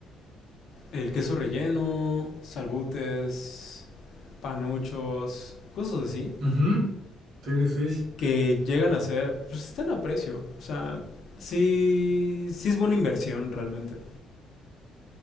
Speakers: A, on the left; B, on the right.
A: el queso relleno, salbutes, panuchos, cosas así,
B: Ujú, Sí, sí, sí.
A: que llegan a ser, pues están a precio. O sea, sí, sí es buena inversión realmente.